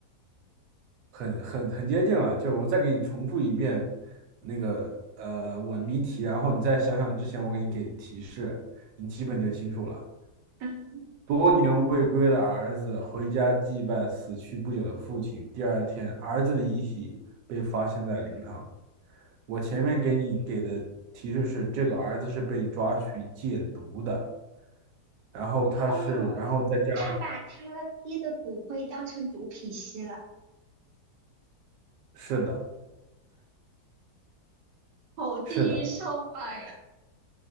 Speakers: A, on the right (about 70°); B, on the right (about 90°).
A: 很很很接近了。就是我再给你重复一遍那个呃我的谜题，然后你再想想之前我给你给的提示，你基本就清楚了。
B: 嗯，
A: 多年未归的儿子回家祭拜死去不久的父亲，第二天儿子的遗体被发现在灵堂。我前面给你给的提示是，这个儿子是被抓去戒毒的，然后他是，
B: 哦，
A: 然后在家，
B: 他把他爹的骨灰当成毒品吸了，
A: 是的，
B: 好地狱笑话呀！
A: 是的。